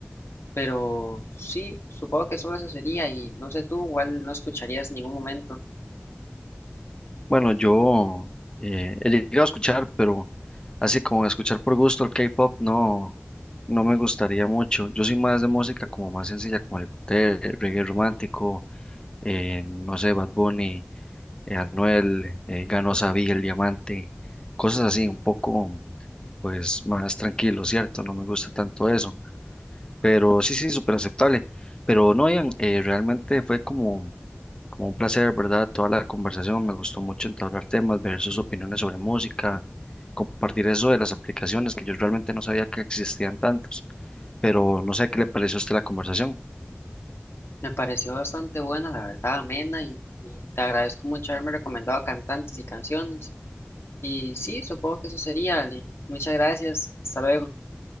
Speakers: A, on the left; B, on the left.
A: Pero sí, supongo que solo eso sería y no sé tú, igual no escucharías en ningún momento.
B: Bueno, yo eh, he llegado a escuchar, pero así como escuchar por gusto el K-pop, no, no me gustaría mucho. Yo soy más de música como más sencilla, como el, cóctel, el reggae romántico, eh, no sé, Bad Bunny, eh, Anuel, eh, Ganó Sabí, El Diamante, cosas así, un poco pues más tranquilo, ¿cierto? No me gusta tanto eso, pero sí, sí, súper aceptable. Pero no, Ian, eh, realmente fue como, como un placer, ¿verdad? Toda la conversación, me gustó mucho entablar temas, ver sus opiniones sobre música, compartir eso de las aplicaciones que yo realmente no sabía que existían tantos, pero no sé qué le pareció a usted la conversación.
A: Me pareció bastante buena, la verdad, amena y, y te agradezco mucho haberme recomendado cantantes y canciones. Y sí, supongo que eso sería, Ale. Muchas gracias, hasta luego,